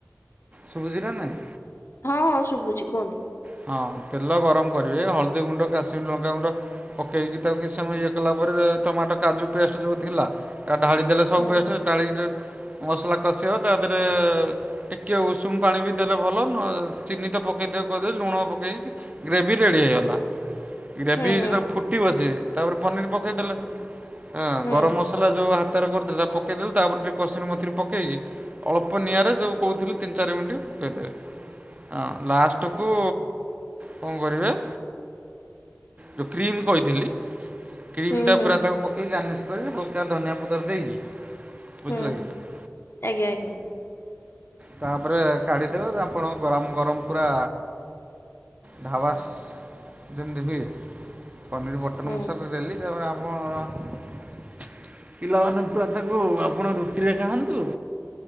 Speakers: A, on the right (about 30°); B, on the left (about 60°).
A: ଶୁଭୁଜି ନା ନାଇଁ।
B: ହଁ ହଁ ଶୁଭୁଚି କୁହନ୍ତୁ।
A: ହଁ ତେଲ ଗରମ କରିବେ ହଳଦୀ ଗୁଣ୍ଡ କାଶ୍ମୀର ଲଙ୍କାଗୁଣ୍ଡ ପକେଇକି ତାକୁ କିଛି ସମୟ ଇଏ କଲା ପରେ ଟମାଟୋ କାଜୁ ପେଷ୍ଟ ଯଉ ଥିଲା ତା ଢାଳି ଦେଲେ ସବୁ
B: ହୁଁ
A: ପେଷ୍ଟ ଢାଳିକି ମସଲା କଷିବ ତା ଦେରେ ଟିକିଏ ଉଷୁମ ପାଣି ବି ଦେଲେ ଭଲ ନ ଚିନି ତ ପକେଇଦେ ଲୁଣ ପକେଇକି ଗ୍ରେଭି ରେଡ଼ି ହେଇଗଲା ଗ୍ରେଭି
B: ହୁଁ
A: ଯେତେବେଳେ
B: ହୁଁ
A: ଫୁଟ ଫୁଟିବ ସେ ତାପରେ ପନିର ପକେଇଦେଲେ। ହଁ
B: ହୁଁ
A: ଗରମ ମସଲା ଯଉ ହାତରେ କରିଥିଲ ହେରା ପକେଇଦେଲି ତାପରେ ଟିକେ କସ୍ତୁରୀ ମେଥିରେ ପକେଇକି ଅଳ୍ପ ନିଆଁରେ ଯୋଉ କହୁଥିଲି ତିନି ଚାରି ମିନିଟ୍ ପକେଇଦେବେ ହଁ ଲାଷ୍ଟ ଟକୁ କଣ କରିବେ ଯଉ କ୍ରିମ୍ କହିଥିଲି। କ୍ରିମ୍
B: ହୁଁ
A: ଟା
B: ହୁଁ
A: ପୁରା ତାକୁ ପକେଇ ଗାନିସ୍ କରିବେ ହଲକା ଧନିଆ ପତର ଦେଇକି ବୁଝିଲକି
B: ହୁଁ। ଆଜ୍ଞା ଆଜ୍ଞା
A: ତାପରେ କାଢିଦେବେ ଆପଣ ଗରମ ଗରମ ପୁରା ଢାବାସ୍ ଯେମିତି ହୁଏ ପନିର ବଟର
B: ହୁଁ
A: ମସଲ ଡେଲି ତାପରେ ଆପଣ ପିଲାମାନେ ପୁରା ତାକୁ ଆପଣ ରୁଟିରେ ଖାଆନ୍ତୁ।